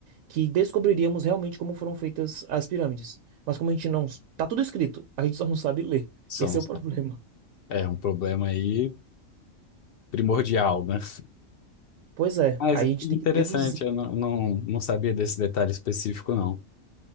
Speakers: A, on the right (about 75°); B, on the left (about 65°).
A: que descobriríamos realmente como foram feitas as pirâmides. Mas como a gente não... Tá tudo escrito, a gente só não sabe ler.
B: são.
A: Esse é o <laughs> problema.
B: É um problema aí primordial, né?
A: Pois é,
B: Mas
A: aí
B: que
A: a gente
B: interessante,
A: tem que deduzir.
B: eu não, não, não sabia desse detalhe específico, não.